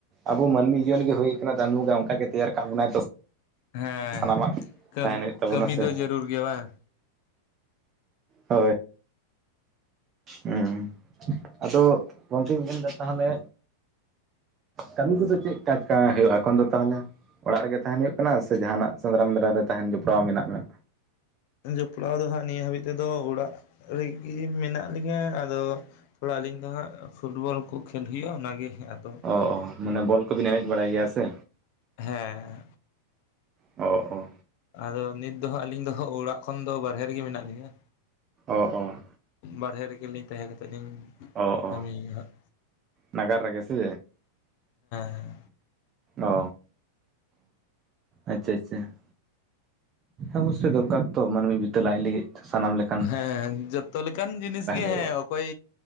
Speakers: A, on the right; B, on the left.
A: ᱟᱵᱚ ᱢᱟᱹᱱᱢᱤ ᱡᱤᱭᱚᱱ ᱜᱮ ᱦᱩᱭ ᱟᱠᱟᱱᱟ ᱫᱟᱹᱱᱩᱜᱟ ᱚᱱᱠᱟᱜ ᱜᱮ ᱛᱮᱭᱟᱨ ᱠᱟᱜ ᱵᱚᱱᱟᱭ ᱛᱚ᱾
B: ᱦᱮᱸ
A: ᱥᱟᱱᱟᱢᱟᱜ
B: ᱠᱟᱢ
A: ᱛᱟᱦᱮᱱ ᱦᱩᱭᱩᱜ ᱛᱟᱵᱚᱱᱟ
B: ᱠᱟᱹᱢᱤ
A: ᱥᱮ
B: ᱫᱚ ᱡᱟᱹᱨᱩᱲ ᱜᱮᱭᱟ ᱵᱟᱝ?
A: ᱦᱳᱭ ᱦᱩ ᱟᱫᱚ ᱜᱚᱠᱮᱧ ᱢᱮᱱᱫᱟ ᱛᱟᱦᱚᱞᱮ ᱠᱟᱹᱢᱤ ᱠᱚᱫᱚ ᱪᱮᱫ ᱴᱟᱴᱠᱟ ᱦᱩᱭᱩᱜᱼᱟ ᱮᱠᱷᱚᱱ ᱫᱚ ᱛᱟᱦᱚᱞᱮ? ᱚᱲᱟᱜ ᱨᱮᱜᱮ ᱛᱟᱦᱮᱱ ᱦᱩᱭᱩᱜ ᱠᱟᱱᱟ ᱥᱮ ᱡᱟᱦᱟᱱᱟᱜ ᱥᱮᱸᱫᱽᱨᱟ ᱢᱮᱸᱫᱟᱨᱟ ᱨᱮ ᱛᱟᱦᱮᱱ ᱡᱚᱯᱲᱟᱣ ᱢᱮᱱᱟᱜ ᱢᱮ?
B: ᱡᱚᱯᱲᱟᱣ ᱫᱚ ᱦᱟᱸᱜ ᱱᱤᱭᱟᱹ ᱦᱟᱹᱵᱤᱡ ᱛᱮᱫᱚ ᱚᱲᱟᱜ ᱨᱮᱜᱮ ᱢᱮᱱᱟᱜ ᱞᱤᱧᱟᱹ ᱟᱫᱚ ᱛᱷᱚᱲᱟ ᱟᱹᱞᱤᱧ ᱫᱚ ᱦᱟᱸᱟᱜ ᱯᱷᱩᱴᱵᱚᱞ ᱠᱚ ᱠᱷᱮᱞ ᱦᱩᱭᱩᱜᱼᱟ ᱚᱱᱟᱜᱮ ᱟᱫᱚ‍᱾
A: ᱚ ᱢᱟᱱᱮ ᱵᱚᱞ ᱠᱚᱵᱤᱱ ᱮᱱᱮᱡ ᱵᱟᱲᱟᱭ ᱜᱮᱭᱟ ᱥᱮ?
B: ᱦᱮᱸ
A: ᱚᱻ
B: ᱟᱫᱚ ᱱᱤᱛ ᱫᱚ ᱦᱟᱸᱜ ᱟᱹᱞᱤᱧ ᱫᱚ ᱚᱲᱟᱜ ᱠᱷᱚᱱ ᱫᱚ ᱵᱟ. ᱨᱦᱮ ᱨᱮᱜᱮ ᱢᱮᱱᱟᱜ ᱞᱤᱧᱟ᱾
A: ᱚ ᱚ
B: ᱵᱟᱨᱦᱮ ᱨᱮᱜᱮᱞᱤᱧ ᱛᱟᱦᱮᱸ ᱠᱟᱛᱮᱫ ᱞᱤᱧ᱾
A: ᱚ ᱚ
B: ᱠᱟᱹᱢᱤ ᱭᱤᱧ ᱦᱟᱸᱜ᱾
A: ᱱᱟᱜᱟᱨ ᱨᱮᱜᱮ ᱥᱮ᱾
B: ᱦᱮᱸ
A: ᱚ ᱟᱪᱪᱷᱟ. ᱪᱷᱟ. ᱾ ᱚᱵᱚᱥᱭ ᱫᱚᱨᱠᱟᱨ ᱛᱚ ᱢᱟᱹᱱᱢᱤ ᱵᱤᱫᱟᱹᱞ ᱟᱡ ᱞᱟᱹᱜᱤᱫ ᱥᱟᱱᱟᱢ ᱞᱮᱠᱟ
B: ᱦᱮᱸ ᱡᱚᱛᱚ ᱞᱮᱠᱟᱱ ᱡᱤᱱᱤᱥ ᱜᱮ
A: ᱦᱩᱭᱩᱜᱼᱟ
B: ᱦᱮᱸ ᱚᱠᱚᱭ